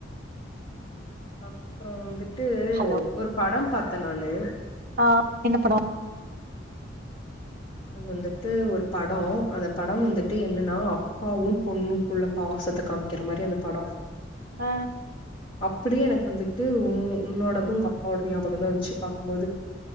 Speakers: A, on the left; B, on the right.
A: அப்பற வந்துட்டு
B: ஹலோ
A: ஒரு படம் பாத்தே நானு
B: ஆ என்னப் படோ
A: அது வந்துட்டு ஒரு படோ அந்த படோ
B: ம்
A: வந்துட்டு என்னன்னா பாவும் பொண்ணு குள்ள பாசத்த காமிக்கிற மாரி அந்த படோ
B: அ
A: அப்டியே எனக்கு வந்துட்டு உ உன்னோடது உங்க அப்பாவோட ஞாபகோ தா வந்துச்சி பாக்கும்போது